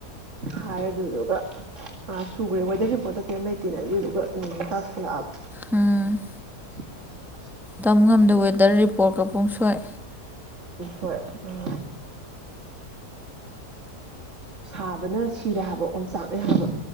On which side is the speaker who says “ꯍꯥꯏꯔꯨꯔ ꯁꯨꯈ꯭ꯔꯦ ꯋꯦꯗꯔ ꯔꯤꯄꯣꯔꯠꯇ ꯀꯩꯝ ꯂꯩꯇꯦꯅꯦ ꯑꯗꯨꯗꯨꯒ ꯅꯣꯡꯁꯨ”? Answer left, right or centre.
Right